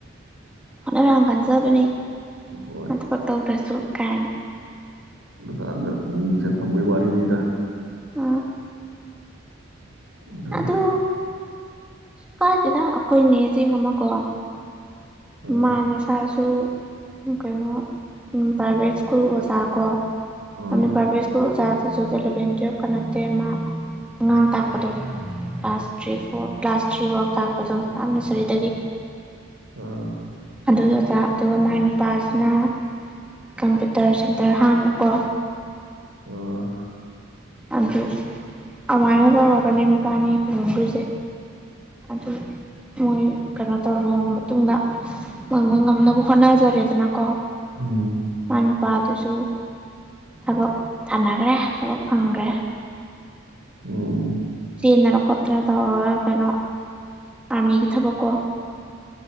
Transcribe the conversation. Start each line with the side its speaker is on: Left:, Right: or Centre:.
Centre: ꯍꯣꯠꯅꯕ ꯌꯥꯝ ꯀꯟꯖꯕꯅꯤ
Right: ꯍꯣꯏ
Centre: ꯃꯥ ꯊꯕꯛ ꯇꯧꯗ꯭ꯔꯁꯨ ꯀꯥꯏꯅ
Right: ꯑꯗꯨꯀꯥꯟꯗ ꯑꯃꯨꯛ ꯃꯤꯡꯆꯠ ꯐꯪꯕꯩ ꯋꯔꯤꯅꯤꯗ
Centre: ꯎꯝ
Right: ꯑꯗꯨꯅꯤ
Centre: ꯑꯗꯨ ꯀꯥꯏꯗꯦꯗ ꯑꯩꯈꯣꯏꯅꯦꯖꯤꯡ ꯑꯃꯀꯣ
Right: ꯑꯥ
Centre: ꯃꯥ ꯃꯁꯥꯁꯨ ꯀꯩꯅꯣ ꯄ꯭ꯔꯥꯏꯚꯦꯠ ꯁ꯭ꯀꯨꯜ ꯑꯣꯖꯥ ꯀꯣ
Right: ꯑꯥ
Centre: ꯑ ꯄ꯭ꯔꯥꯏꯚꯦꯠ ꯁ꯭ꯀꯨꯜ ꯑꯣꯖꯥ ꯁꯤꯁꯨꯗ ꯑꯦꯂꯚꯦꯟ ꯇꯨꯌꯦꯜꯞꯀ ꯅꯠꯇꯦ ꯃꯥ ꯑꯉꯥꯡ ꯇꯥꯛꯄꯗꯣ class three four class three ꯐꯥꯎ ꯇꯥꯛꯄꯗꯣ ꯑ ꯅꯔꯁꯔꯤꯗꯒꯤ
Right: ꯑꯥ
Centre: ꯑꯗꯨꯒꯤ ꯑꯣꯖꯥ ꯑꯗꯨꯒ ꯃꯥꯏ ꯅꯨꯄꯥꯁꯤꯅ ꯀꯝꯄ꯭ꯌꯨꯇꯔ ꯁꯦꯟꯇꯔ ꯍꯥꯡꯕꯀꯣ
Right: ꯑꯥ ꯑꯥ
Centre: ꯑꯗꯨ ꯑꯃꯥꯏꯅ ꯇꯧꯔꯒꯅꯦ ꯃꯕꯥꯟꯅꯤ ꯂꯨꯍꯣꯡꯈ꯭ꯔꯤꯁꯦ
Right: <unintelligible>
Centre: ꯑꯗꯨ ꯃꯣꯏ ꯀꯩꯅꯣ ꯇꯧꯔ ꯂꯨꯍꯣꯡꯉ ꯃꯇꯨꯡꯗ ꯃꯣꯏ ꯃꯣꯏ ꯉꯝꯅꯕ ꯍꯣꯠꯅꯖꯔꯦꯗꯅꯀꯣ
Right: ꯎꯝ
Centre: ꯃꯥꯏ ꯅꯨꯄꯥꯗꯨꯁꯨ ꯊꯕꯛ ꯊꯥꯅꯈ꯭ꯔꯦ ꯊꯕꯛ ꯐꯪꯈ꯭ꯔꯦ
Right: ꯎꯝ
Centre: ꯆꯦꯟꯗꯅ ꯈꯣꯠꯇꯅ ꯇꯧꯔꯒ ꯀꯩꯅꯣ ꯑꯥꯔꯃꯤꯒꯤ ꯊꯕꯛ ꯀꯣ